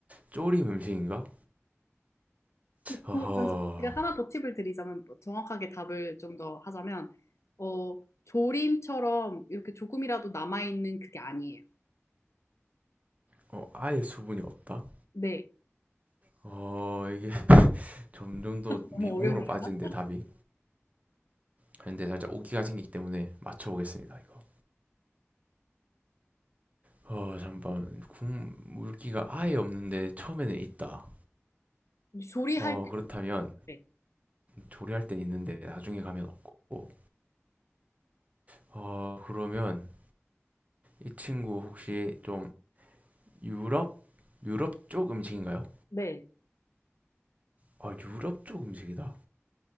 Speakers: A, on the right (about 30°); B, on the left (about 80°).
A: 조림 음식인가? 허허,
B: 뭐, 잠시 제가 하나 더 팁을 드리자면 뭐 정확하게 답을 좀 더 하자면 어, 조림처럼 이렇게 조금이라도 남아있는 그게 아니에요.
A: 어, 아예 수분이 없다.
B: 네.
A: 어, 이게 <laughs> 점점 더 미궁으로
B: 너무 어려운 거
A: 빠지는데
B: 같아요.
A: 답이. 근데 살짝 오기가 생기기 때문에 맞춰보겠습니다, 이거. 어, 잠깐, 국물기가 아예 없는데 처음에는 있다.
B: 조리할
A: 어,
B: 때
A: 그렇다면
B: 네.
A: 조리할 땐 있는데 나중에 가면 없고. 어, 그러면 이 친구 혹시 좀 유럽? 유럽 쪽 음식인가요?
B: 네.
A: 아, 유럽 쪽 음식이다.